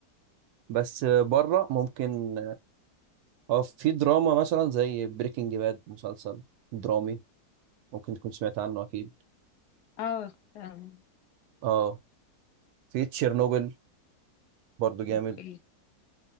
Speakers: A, on the right; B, on the left.
A: بس بره ممكن اه في دراما مثلا زي بريكنج باد مسلسل درامي ممكن تكون سمعت عنه اكيد
B: اه فعلا.
A: اه في تشيرنوبل برضو جامد
B: اوكي